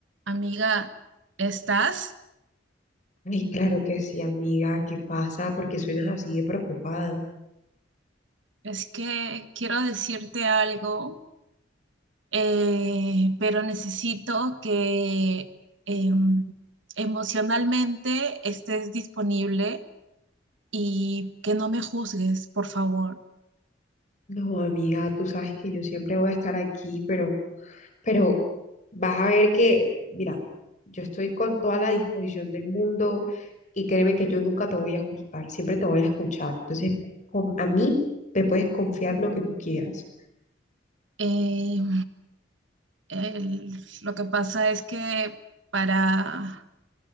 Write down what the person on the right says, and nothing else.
Amiga, ¿estás?
Es que quiero decirte algo, eh, pero necesito que em, emocionalmente estés disponible y que no me juzgues, por favor.
Em, el- lo que pasa es que para,